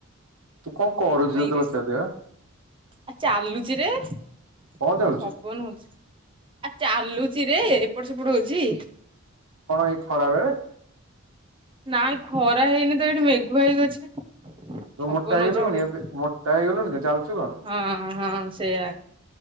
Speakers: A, on the right (about 80°); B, on the right (about 25°).
A: ତୁ କଣ କରୁଚୁ
B: ନାଇଁରେ।
A: ତତେ ପଚାରିଲିପା।
B: ଆ ଚାଲୁଚିରେ ପବନ
A: କଣ ଚାଲୁଛୁ?
B: ହଉଛି। ଆ ଚାଲୁଚି ରେ ଏପଟ ସେପଟ ହଉଚି।
A: କଣ ଏଇ ଖରା ବଳେ?
B: ନାଇଁ ଖରା ହେଇନି ତ ଏଇଠି ମେଘୁଆ ହେଇକି ଅଛି।
A: ତୁ
B: ପବନ
A: ମୋଟା ହେଇଗଲୁଣୁ
B: ଯୋଡେ
A: କି ଏବେ ମୋଟା ହେଇଗଲୁଣି କି ଚାଲୁଛୁ କଣ?
B: ହଁ ହଁ ସେଇୟା।